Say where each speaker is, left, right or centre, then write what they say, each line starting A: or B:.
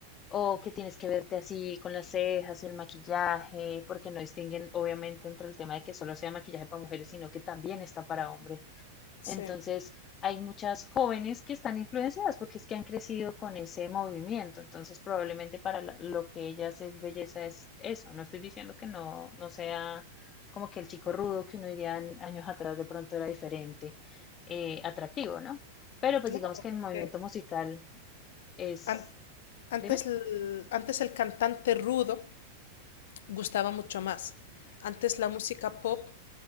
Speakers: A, on the left; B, on the left.
A: O que tienes que verte así con las cejas y el maquillaje, porque no distinguen obviamente entre el tema de que solo sea maquillaje para mujeres, sino que también está para hombres.
B: sí.
A: Entonces, hay muchas jóvenes que están influenciadas porque es que han crecido con ese movimiento. Entonces, probablemente para la- lo que ellas es belleza es eso. No estoy diciendo que no, no sea como que el chico rudo que uno diría an- años atrás de pronto era diferente, eh, atractivo, ¿no? Pero pues
B: Claro,
A: digamos que el
B: porque
A: movimiento musical es...
B: an- antes,
A: Dime.
B: el- antes el cantante rudo gustaba mucho más. Antes la música pop